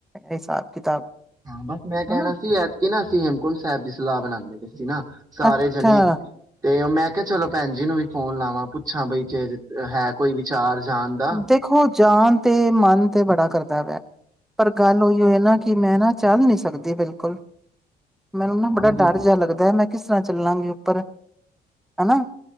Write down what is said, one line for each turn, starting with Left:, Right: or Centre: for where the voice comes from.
Centre: ਹਿਸਾਬ ਕਿਤਾਬ,
Right: ਹਾਂ ਬਸ ਮੈਂ ਕਹਿਣਾ
Centre: ਹਨਾ
Right: ਸੀ, ਐਤਕਿ ਨਾ ਅਸੀਂ ਹੇਮਕੁੰਟ ਸਾਹਿਬ ਜ ਸਲਾਹ ਬਣਾਦੇ। ਨਾ ਸਾਰੇ
Centre: ਅੱਛਾ
Right: ਜਣੇ ਤੇ ਮੈਂ ਕਿਹਾ ਚਲੋ ਭੈਣ ਜੀ ਨੂੰ ਵੀ। ਫੋਨ ਲਾਵਾਂ ਪੁੱਛਾਂ ਬਈ ਜੇ ਹੈ, ਕੋਈ ਵਿਚਾਰ। ਜਾਣ ਦਾ।
Centre: ਦੇਖੋ ਜਾਨ ਤੇ ਮਨ ਤੇ ਬੜਾ ਕਰਦਾ ਪਿਆ। ਪਰ ਗੱਲ ਓਇਓ ਐ ਨਾ। ਕਿ ਮੈਂ ਨਾ ਚੱਲ ਨਹੀਂ ਸਕਦੀ ਬਿਲਕੁਲ ਮੈਨੂੰ
Right: ਹਾਂ
Centre: ਨਾ ਬੜਾ
Right: ਇਹ ਵੀ
Centre: ਡਰ
Right: ਬਿਲਕੁਲ
Centre: ਜਿਹਾ ਲੱਗਦਾ ਹੈ ਮੈਂ ਕਿਸ ਤਰ੍ਹਾਂ ਚੱਲਾਂਗੇ ਉੱਪਰ ਹਨਾ।